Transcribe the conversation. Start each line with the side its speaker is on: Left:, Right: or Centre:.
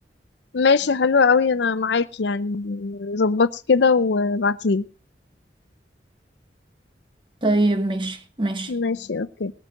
Left: ماشي حلوة قوي انا معاكي يعني ظبطي كده وابعتيلي
Right: طيب ماشي ماشي
Left: ماشي اوكي